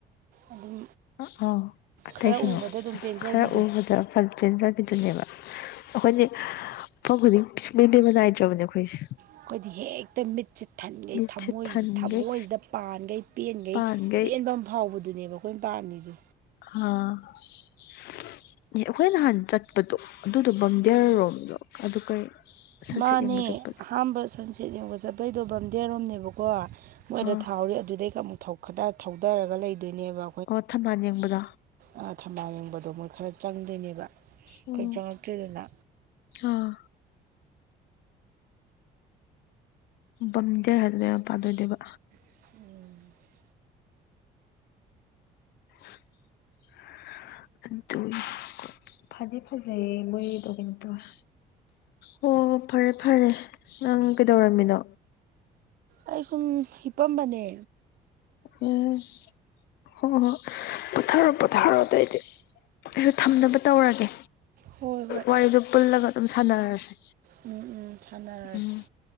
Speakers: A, on the right; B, on the left.
A: ꯑꯗꯨꯝ
B: ꯑ ꯑꯥ ꯑꯇꯩꯁꯨꯅꯦ
A: ꯈꯔ ꯎꯕꯗ ꯑꯗꯨꯝ ꯄꯦꯟꯖꯕꯤꯗꯣ
B: ꯈꯔ ꯎꯕꯗ ꯄꯦꯟꯖꯕꯤꯗꯨꯅꯦꯕ ꯑꯩꯈꯣꯏꯅꯦ ꯃꯐꯝ ꯈꯨꯗꯤꯡ ꯁꯨꯡꯄꯦꯟ ꯄꯦꯟꯕ ꯅꯥꯏꯗ꯭ꯔꯕꯅꯦ ꯑꯩꯈꯣꯏꯁꯦ
A: ꯑꯩꯈꯣꯏꯗꯤ ꯍꯦꯛꯇ ꯃꯤꯠ ꯁꯦ ꯊꯟꯈꯩ
B: ꯃꯤꯠꯁꯦ
A: ꯊꯃꯣꯏꯁꯤꯗ
B: ꯊꯟꯈꯩ
A: ꯊꯃꯣꯏꯁꯤꯗ ꯄꯥꯟꯈꯩ ꯄꯦꯟꯈꯩ
B: ꯄꯥꯟꯈꯩ
A: ꯄꯦꯟꯕ ꯑꯃ ꯐꯥꯎꯕꯗꯨꯅꯦꯕꯀꯣ ꯃꯣꯏ ꯄꯥꯝꯃꯤ ꯖꯦ
B: ꯑꯥ ꯑꯦ ꯑꯩꯈꯣꯏ ꯅꯍꯥꯟ ꯆꯠ ꯄꯠꯇꯣ ꯑꯗꯨꯗꯣ ꯕꯝꯗꯤꯜꯌꯔꯣꯝꯔꫭ ꯑꯗꯨ ꯀꯩ ꯁꯟꯁꯦꯠ
A: ꯃꯥꯅꯦ
B: ꯌꯦꯡꯕ ꯆꯠꯄꯗꯣ
A: ꯑꯍꯝꯕ ꯁꯟꯁꯦꯠ ꯌꯦꯡꯕ ꯆꯠꯄꯩꯗꯣ ꯕꯝꯗꯤꯜꯔꯣꯝꯅꯦꯕꯀꯣ ꯃꯣꯏꯗ
B: ꯑꯥ
A: ꯊꯥꯍꯧꯔꯤ ꯑꯗꯨꯗꯩ ꯑꯃꯨꯛ ꯊꯧ ꯈꯗ ꯊꯧꯗꯔꯒ ꯂꯩꯗꯣꯏꯅꯦꯕ
B: ꯑꯣ ꯊꯝꯕꯥꯜ ꯌꯦꯡꯕꯗꯣ
A: ꯑꯥ ꯊꯝꯕꯥꯜ ꯌꯦꯡꯕꯗꯣ ꯃꯣꯏ ꯈꯔ ꯆꯪꯗꯣꯏꯅꯦꯕ
B: ꯎꯝ
A: ꯈꯣꯏ ꯆꯪꯉꯛꯇ꯭ꯔꯦꯗꯅ
B: ꯑꯥ ꯕꯝꯗꯤꯜ ꯍꯥꯏꯕꯒꯤ ꯃꯄꯥꯗꫭ ꯑꫭꯏꯗꯨꯏꯕ
A: ꯎꯝ
B: <unintelligible> ꯑꯗꯨꯅꯤ ꯐꯗꯤ ꯐꯖꯩꯌꯦ ꯃꯣꯏꯒꯤꯗꯣ ꯀꯩꯅꯣ ꯇꯧꯏ ꯑꯣ ꯐꯔꯦ ꯐꯔꯦ ꯅꯪ ꯀꯩꯗꯧꯔꯝꯃꯤꯅꯣ
A: ꯑꯩ ꯁꯨꯝ ꯍꯤꯄꯝꯕꯅꯦ
B: ꯎꯝ ꯍ ꯍ ꯄꯊꯔ ꯄꯊꯔ ꯇꯥꯏꯗꯤ ꯑꯩꯁꯨ ꯊꯝꯅꯕ ꯇꯧꯔꯒꯦ
A: ꯍꯣꯏ ꯍꯣꯏ
B: ꯋꯥꯔꯤꯗꯣ ꯄꯨꯜꯂꯒ ꯑꯗꯨꯝ ꯁꯥꯟꯅꯔꯁꯦ
A: ꯎꯝ ꯎꯝ ꯁꯥꯟꯅꯔꯁꯤ
B: ꯎꯝ